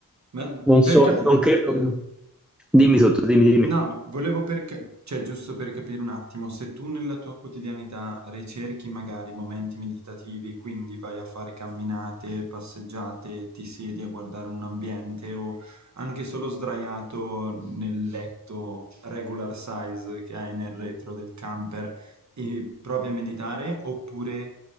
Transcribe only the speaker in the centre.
Non so,
non credo. Dimmi
tutto, dimmi, dimmi.